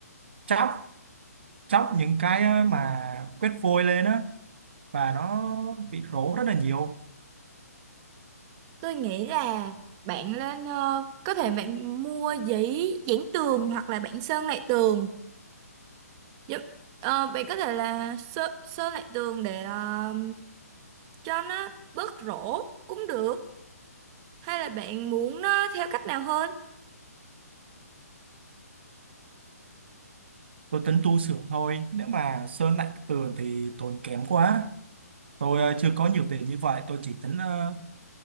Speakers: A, on the right; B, on the right.
A: chóc chóc những cái ờ, mà quét vôi lên á và nó bị rỗ rất là nhiều.
B: tôi nghĩ là bạn lên ờ, có thể bạn mua giấy dán tường hoặc là bạn sơn lại tường. Giúp, ờ, bạn có thể là sơn, sơn lại tường để ờ, cho nó bớt rỗ cũng được. Hay là bạn muốn nó theo cách nào hơn?
A: Tôi tính tu sửa thôi. Nếu mà sơn lại tường thì tốn kém quá. Tôi ờ, chưa có nhiều tiền như vậy, tôi chỉ tính ờ,